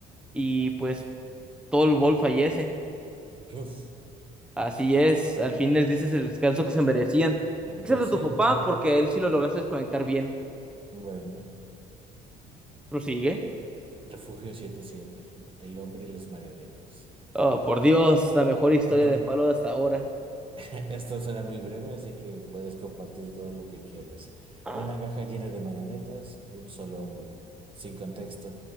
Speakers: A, in the centre; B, on the right (about 30°).
A: y pues todo el Vault fallece,
B: Uf.
A: así es, al fin les dices el descanso que se merecían, excepto
B: Pues
A: tu
B: sí,
A: papá,
B: ¿no?
A: porque a él sí lo lograste desconectar bien.
B: Bueno.
A: Prosigue.
B: Refugio setenta y siete. El hombre y las marionetas.
A: Oh, por Dios, la mejor historia
B: Una.
A: de Fallout de hasta ahora.
B: <laughs> Esto será muy breve, así que puedes compartir todo lo que quieras.
A: Ah,
B: Una caja llena de marionetas, un solo hombre, sin contexto.